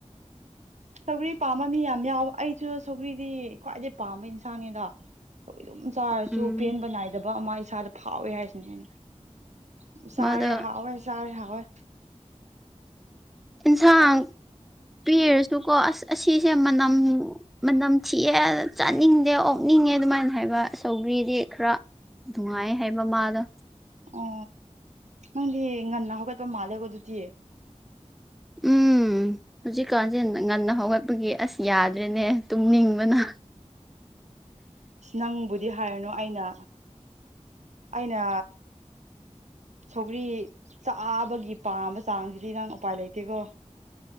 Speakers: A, on the right (about 70°); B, in the centre.
A: ꯁꯧꯒ꯭ꯔꯤ ꯄꯥꯝꯕ ꯃꯤ ꯌꯥꯝ ꯌꯥꯎ ꯑꯩꯁꯨ ꯁꯧꯒ꯭ꯔꯤꯗꯤ ꯈ꯭ꯋꯥꯏꯗꯩ ꯄꯥꯝꯕ ꯏꯟꯁꯥꯡꯅꯤꯗ ꯍꯣꯏ ꯑꯗꯨꯝ ꯆꯥꯔꯁꯨ
B: ꯎꯝ
A: ꯄꯦꯟꯕ ꯅꯥꯏꯗꯕ ꯑꯃ ꯏꯁꯥꯗ ꯐꯥꯎꯋꯦ ꯍꯥꯏꯁꯤꯅꯦ ꯑꯩꯅ
B: ꯃꯥꯗꯣ
A: ꯆꯥꯔꯦ ꯍꯥꯎꯋꯦ ꯆꯥꯔꯦ ꯍꯥꯎꯋꯦ
B: ꯏꯟꯁꯥꯡ ꯄꯤꯔꯁꯨꯀꯣ ꯑꯁ ꯑꯁꯤꯁꯦ ꯃꯅꯝ ꯃꯅꯝ ꯊꯤꯛꯑꯦ ꯆꯥꯅꯤꯡꯗꯦ ꯑꯣꯛꯅꯤꯡꯉꯦ ꯑꯗꯨꯃꯥꯏꯅ ꯍꯥꯏꯕ ꯆꯒ꯭ꯔꯤꯗꯤ ꯈꯔ ꯅꯨꯡꯉꯥꯏꯌꯦ ꯍꯥꯏ ꯃꯃꯥꯗꯣ꯫
A: ꯑꯣ ꯅꯪꯗꯤ ꯉꯟꯅ ꯍꯧꯒꯠꯄ ꯃꯥꯜꯂꯦꯀꯣ ꯑꯗꯨꯗꯤ꯫
B: ꯎꯝ ꯍꯧꯖꯤꯛꯀꯥꯟꯁꯦ ꯉꯟꯅ ꯍꯧꯒꯠꯄꯒꯤ ꯑꯁ ꯌꯥꯗ꯭ꯔꯦꯅꯦ ꯇꯨꯝꯅꯤꯡꯕꯅ
A: ꯅꯪꯕꯨꯗꯤ ꯍꯥꯏꯔꯅꯨ ꯑꯩꯅ ꯑꯩꯅ꯫ ꯁꯧꯒ꯭ꯔꯤ ꯆꯥꯕꯒꯤ ꯄꯥꯝꯕ ꯆꯥꯡꯁꯤꯗꯤ ꯅꯪ ꯎꯄꯥꯏ ꯂꯩꯇꯦꯀꯣ꯫